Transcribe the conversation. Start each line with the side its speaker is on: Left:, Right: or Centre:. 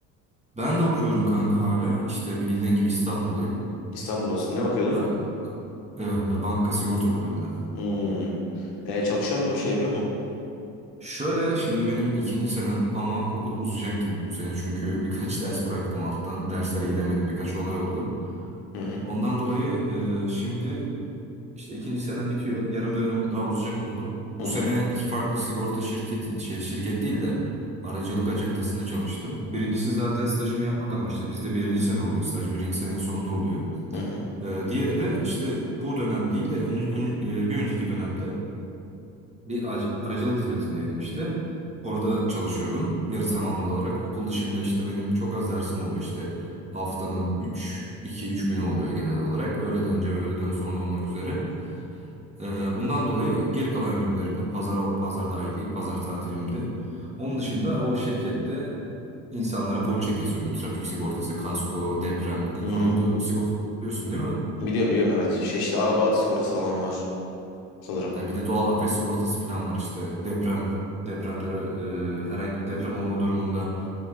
Right: Ben de okuyorum kanka hala. İşte bildiğin gibi İstanbul'dayım.
Left: İstanbul'dasın. Ne okuyordun?
Right: Ben e, banka sigorta okuyorum ben.
Left: Hmm. E, çalışıyor musun? Bir şey yapıyor mu?
Right: Şöyle şimdi benim ikinci senem ama okul uzayacak gibi bu sene. Çünkü birkaç <laughs> ders bıraktım alttan. Derslere gidemedim. Birkaç olay oldu.
Left: Hı hı.
Right: Ondan dolayı e, şimdi işte ikinci senem bitiyor. Yarım dönem daha uzayacak okulum.
Left: Hı
Right: Bu
Left: hı.
Right: sene iki farklı sigorta şirketin şey, şirket değil de aracılık acentasında çalıştım. Birincisi zaten stajımı yapmak amaçlı. Bizde birinci sene oluyor. Staj birinci senenin sonunda oluyor.
Left: Hı hı.
Right: E, diğeri de işte bu dönem değil de ön- ön- e, bir önceki dönemde bir ac- aracılık hizmetindeydim işte. Orada çalışıyordum yarı zamanlı olarak. Okul dışında işte benim çok az dersim oluyor işte. Haftanın üç iki üç günü oluyor genel olarak. Öğleden önce ve öğleden sonra olmak üzere. Ee, bundan dolayı geri kalan günlerimde pazar, pazar dahil değil, pazar tatilimde. Onun dışında o şirkette insanlara poliçe kesiyordum. Trafik sigortası, kasko, deprem, de-
Left: Hı
Right: zorunlu
Left: hı.
Right: sigorta biliyorsun değil mi?
Left: Biliyorum biliyorum evet. Şey işte araba sigortası falan var sanırım.
Right: Yani bir de doğal afet sigortası falan var işte. Deprem, depremlere e, herhangi bir deprem olma durumunda